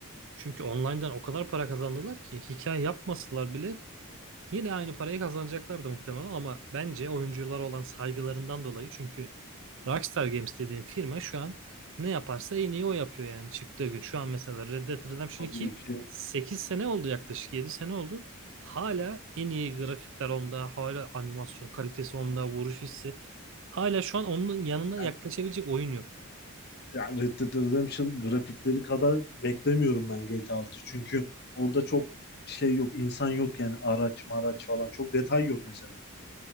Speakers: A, on the right; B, on the left.
A: Çünkü online'dan o kadar para kazandılar ki hikaye yapmasalar bile yine aynı parayı kazanacaklardı muhtemelen ama bence oyunculara olan saygılarından dolayı çünkü Rockstar Games dediğim firma şu an ne yaparsa en iyi o yapıyor yani çıktığı gün. Şu an mesela Red Dead Redemption
B: Tabii
A: 2
B: ki
A: 8 sene oldu yaklaşık 7 sene oldu. Hala en iyi grafikler onda, hala animasyon kalitesi onda, vuruş hissi. Hala şu an onun yanına yaklaşabilecek
B: yani
A: oyun yok.
B: yani Red Dead Redemption grafikleri kadar beklemiyorum ben GTA 6'yı. Çünkü orada çok şey yok, insan yok yani araç maraç falan. Çok detay yok mesela.